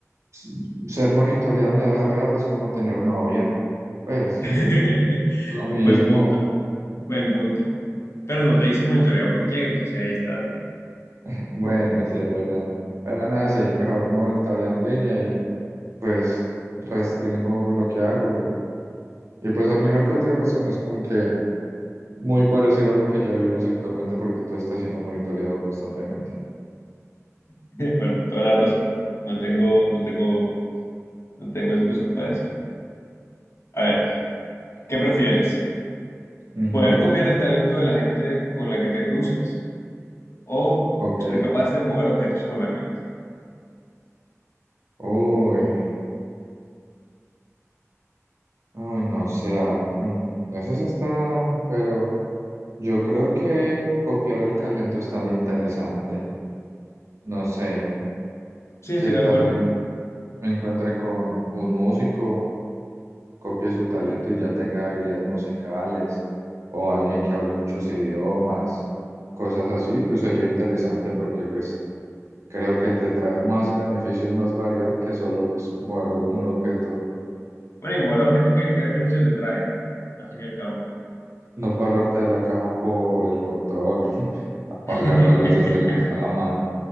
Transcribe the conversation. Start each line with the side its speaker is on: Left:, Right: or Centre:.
Right: s- ser monitoreado en la vida real es como tener novia. Pues
Left: <laughs>
Right: <laughs> lo mismo.
Left: Buen punto, buen punto. Pero no te dice monitoreado
Right: <laughs>
Left: por quién, entonces ahí está.
Right: Bueno, sí, es verdad. Pero nada, sí, mejor monitoreado en línea y pues restrinjo lo que hago. Y, y pues al final, que tienes razón, es como que muy parecido a lo que ya vimos actualmente porque tú estás siendo monitoreado constantemente.
Left: <laughs> Bueno, toda la razón. No tengo, no tengo No tengo excusas para eso. A ver, ¿qué prefieres?
Right: Ujú,
Left: ¿Poder copiar el talento de la gente con la que te cruzas o
Right: Ok.
Left: ser capaz de mover objetos con la mente?
Right: Uy. Uy, no, o sea, mm, eso sí está, pero yo creo que copiar el talento estaría interesante. No sé,
Left: Sí, estoy
Right: qué tal
Left: de acuerdo.
Right: me, me encuentre con un músico, copie su talento y ya tenga habilidades musicales, o alguien que hable muchos idiomas, cosas así, pues sería interesante porque pues creo que te trae más beneficios, más variedad que solo pues mover un un objeto.
Left: Bueno, y mover objetos, ¿qué, qué beneficio te trae? Al fin y al cabo.
Right: No pararte de la cama por el control, <laughs> apagar
Left: <laughs>
Right: la luz desde la cama,